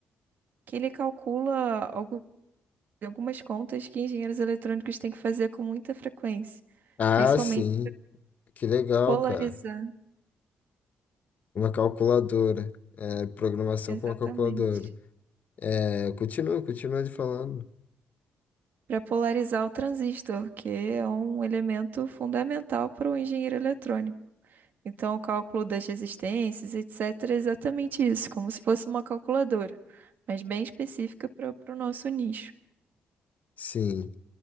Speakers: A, on the right; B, on the left.
A: que ele calcula algu- algumas contas que engenheiros eletrônicos têm que fazer com muita frequência,
B: Ah,
A: principalmente
B: sim, que legal,
A: polarizar,
B: cara. Uma calculadora, é, programação
A: exatamente.
B: com uma calculadora. É, continua, continua de falando.
A: Para polarizar o transistor, que é um elemento fundamental para o engenheiro eletrônico. Então, o cálculo das resistências, etc., é exatamente isso, como se fosse uma calculadora, mas bem específica para o nosso nicho.
B: Sim,